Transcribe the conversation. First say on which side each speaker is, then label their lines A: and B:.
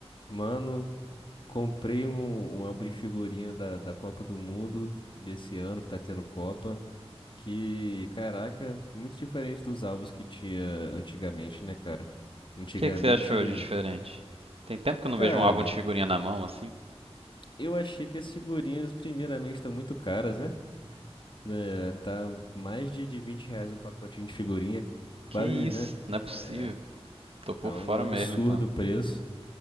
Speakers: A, on the left (about 50°); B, on the right (about 65°).
A: Mano, comprei um, um álbum de figurinha da, da Copa do Mundo desse ano que tá tendo Copa. Que, caraca, muito diferente dos álbuns que tinha antigamente, né, cara? Antigamente,
B: O que, que você achou de diferente? Tem tempo que eu não
A: cara,
B: vejo um álbum de figurinha na mão assim.
A: eu achei que as figurinhas, primeiramente, estão muito caras, né? Né, tá mais de, de 20 reais um pacotinho de figurinha, quase,
B: Que isso?
A: né?
B: Não é possível.
A: É,
B: Tô por
A: tá
B: fora
A: um absurdo
B: mesmo então.
A: o preço.